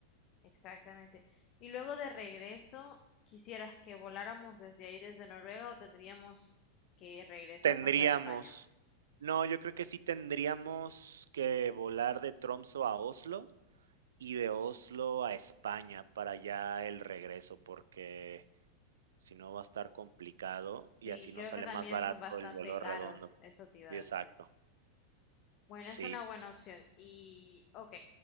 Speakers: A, on the left (about 40°); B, on the right (about 65°).
A: exactamente. Y luego de regreso, ¿quisieras que voláramos desde ahí, desde Noruega, o tendríamos que regresarnos
B: Tendríamos
A: a España?
B: no, yo creo que sí tendríamos que volar de Tromsø a Oslo y de Oslo a España para ya el regreso, porque si no va a estar complicado
A: Sí,
B: y así nos
A: creo
B: sale
A: que también
B: más barato
A: son bastante
B: el vuelo
A: caros,
B: redondo.
A: eso te iba
B: Sí,
A: a
B: exacto.
A: decir. Bueno,
B: Sí.
A: es una buena opción. Y, ok,